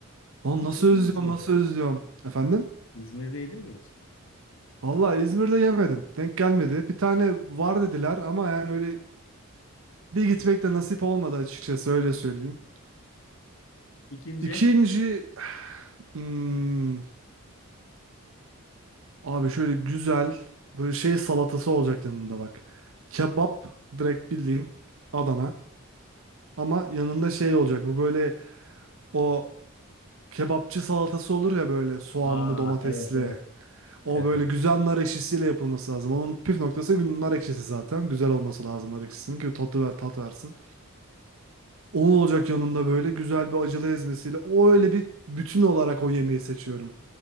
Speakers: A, on the right; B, on the left.
A: Lan
B: Hiç
A: nasıl
B: yedin
A: özlüyorum,
B: mi İzmir'de?
A: nasıl özlüyorum. Efendim?
B: İzmir'de yedin mi hiç?
A: Vallahi İzmir'de yemedim. Denk gelmedi. Bir tane var dediler ama yani öyle bir gitmek de nasip olmadı açıkçası öyle söyleyeyim.
B: İkinci.
A: İkinci hmm, Abi şöyle güzel böyle şey salatası olacak yanında bak. Kebap direkt bildiğin Adana. Ama yanında şey olacak bu böyle o kebapçı salatası olur ya böyle soğanlı
B: Aa
A: domatesli.
B: evet evet.
A: O
B: Evet
A: böyle
B: abi.
A: güzel nar ekşisiyle yapılması lazım. Onun püf noktası gün- nar ekşisi zaten. Güzel olması lazım nar ekşisinin ki tatlı ver, tat versin. Onun olacak yanında böyle güzel bir acılı ezmesiyle. O öyle bir bütün olarak o yemeği seçiyorum.